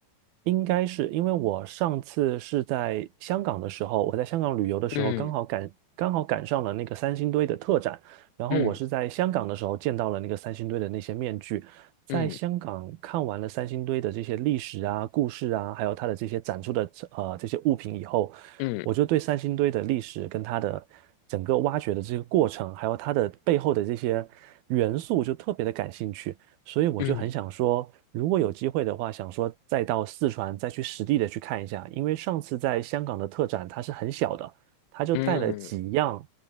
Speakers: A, on the right; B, on the left.
A: 应该是因为我上次是在香港的时候，我在香港旅游的时候，
B: 嗯
A: 刚好赶刚好赶上了那个三星堆的特展，然后我是在香港的时候见到了那个三星堆的那些面具，
B: 嗯。
A: 在香港看完了三星堆的这些历史啊、
B: 嗯
A: 故事啊，还有它的这些展出的呃这些物品以后，
B: 嗯
A: 我就对三星堆的历史跟它的整个挖掘的这个过程，还有它的背后的这些元素，就特别的感兴趣。所以我就很想说，
B: 嗯
A: 如果有机会的话，想说再到四川再去实地的去看一下，因为上次在香港的特展它是很小的，它就带了几样，
B: 嗯，